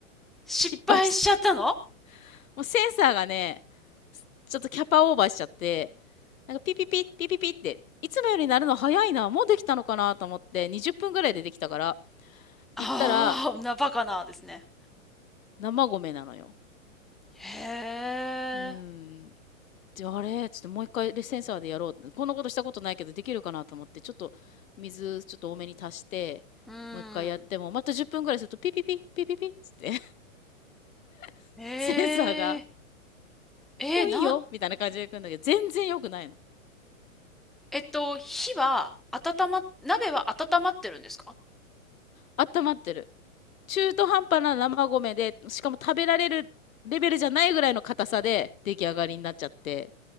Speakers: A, in the centre; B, on the left.
A: 失敗しちゃったの
B: 失敗した。<laughs> もうセンサーがね、ちょっとキャパオーバーしちゃって、なんかピピピ、ピピピって、いつもよりなるの早いな、もうできたのかなと思って、20分ぐらいでできたから、
A: ああー、
B: 行ったら、
A: な、バカなですね。
B: 生米なのよ。
A: へえ、
B: うーん。であ、れちょっともう一回でセンサーでやろう。こんなことしたことないけど、できるかなと思って、ちょっと水ちょっと多めに足して、
A: うん。
B: もう一回やっても、また10分ぐらいすると、ピピピ、ピピピっつって、<laughs>
A: へ
B: センサーが、
A: え、え、
B: もういいよみたいな感じで来るんだけど、
A: な、ん
B: 全然良くないの。
A: えっと、火は温ま、鍋は温まってるんですか
B: 温まってる。中途半端な生米で、しかも食べられるレベルじゃないぐらいの硬さで出来上がりになっちゃって。